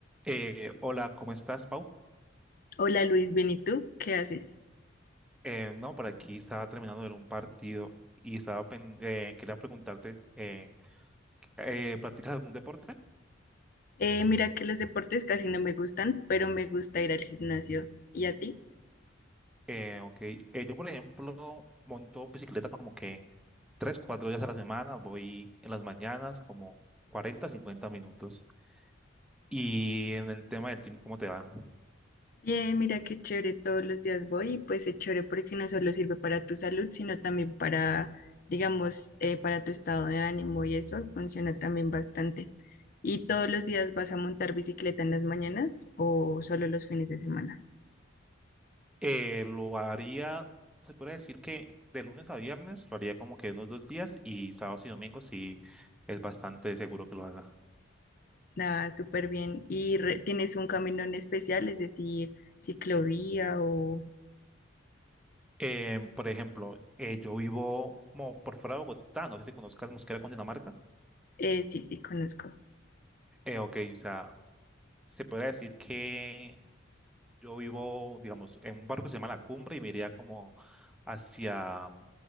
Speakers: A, in the centre; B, on the left (about 45°).
A: Eh, hola, ¿cómo estás, Pau?
B: Hola Luis, bien, ¿y tú? ¿Qué haces?
A: Eh, no, por aquí estaba terminando de ver un partido y estaba pen- eh, quería preguntarte, eh, eh, ¿practicas algún deporte?
B: Eh, mira que los deportes casi no me gustan, pero me gusta ir al gimnasio. ¿Y a ti?
A: Eh, ok, eh, yo por ejemplo monto bicicleta como que tres, cuatro días a la semana, voy en las mañanas como 40, 50 minutos. Y en el tema del gym, ¿cómo te va?
B: Bien, mira qué chévere, todos los días voy y pues es chévere porque no solo sirve para tu salud, sino también para, digamos, eh, para tu estado de ánimo y eso funciona también bastante. ¿Y todos los días vas a montar bicicleta en las mañanas o solo los fines de semana?
A: Eh, lo haría, se puede decir que de lunes a viernes lo haría como que unos dos días y sábados y domingos sí es bastante seguro que lo haga.
B: Nada, súper bien. ¿Y re- tienes un camino en especial, es decir, ciclovía o...
A: Eh, por ejemplo, eh, yo vivo como por fuera de Bogotá, no sé si conozcas Mosquera, Dinamarca
B: Eh, sí, sí, conozco.
A: Eh, ok, o sea, se puede decir que yo vivo, digamos, en un barco que se llama La Cumbre y me iría como hacia,